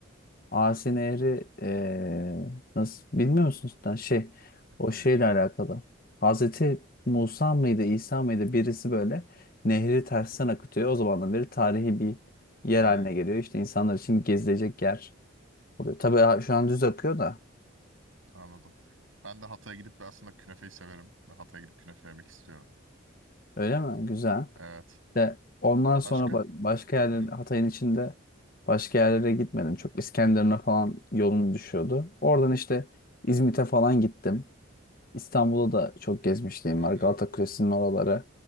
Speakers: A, on the left; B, on the right.
A: Asi Nehri eee, nasıl bilmiyor musun cidden? Şey
B: Hayır.
A: o şeyle alakalı. Hazreti Musa mıydı İsa mıydı birisi böyle nehri tersten akıtıyor. O zamandan beri tarihi bir yer
B: Hmm.
A: haline geliyor. İşte insanlar için gezilecek yer oluyor. Tabii ha- şu an düz
B: a-
A: akıyor da
B: Anladım. Ben de Hatay'a gidip bir aslında künefeyi severim. Ve Hatay'a gidip künefe yemek istiyorum.
A: öyle mi? Güzel.
B: Evet.
A: De ondan sonra
B: Başka?
A: ba- başka yerler
B: Hı
A: Hatay'ın içinde başka yerlere gitmedim. Çok İskenderun'a falan yolum düşüyordu. Oradan işte İzmit'e falan gittim. İstanbul'da da çok gezmişliğim
B: hı.
A: var.
B: hı.
A: Galata Kulesi'nin oraları.